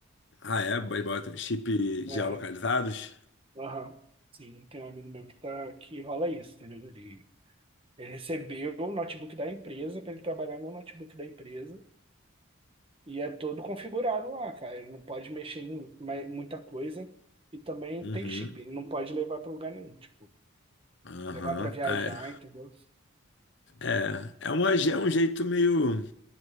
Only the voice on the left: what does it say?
Ah, é? Mas bota chip geolocalizados?
Uhum.
Aham.
Ah,
É, é, é, uma, é um jeito meio.